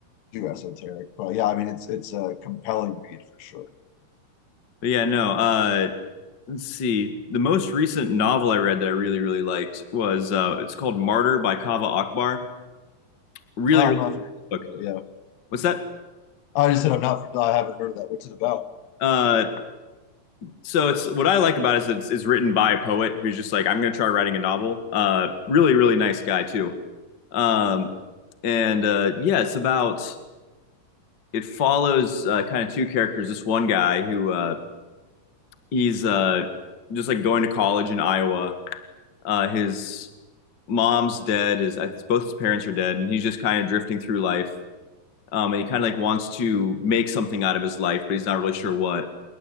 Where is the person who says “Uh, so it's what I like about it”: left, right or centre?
Left